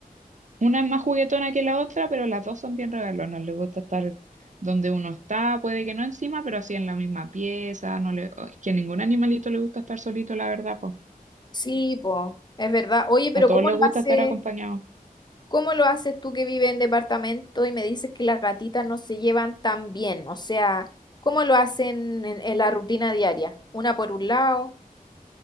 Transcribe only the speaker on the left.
Sí, po, es verdad. Oye, pero
¿cómo
lo
hace?
¿Cómo lo haces tú que vives en departamento y me dices que las gatitas no se llevan tan bien? O sea, ¿cómo lo hacen en, en la rutina diaria? Una por un lado.